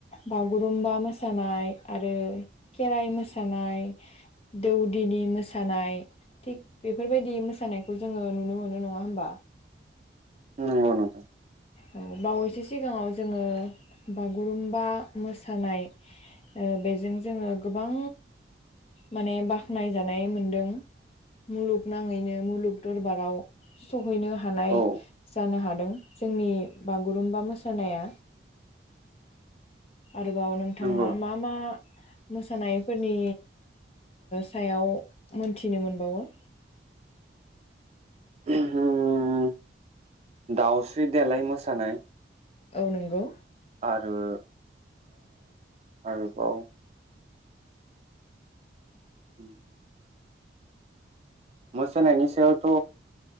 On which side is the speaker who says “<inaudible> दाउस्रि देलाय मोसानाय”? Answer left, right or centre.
Right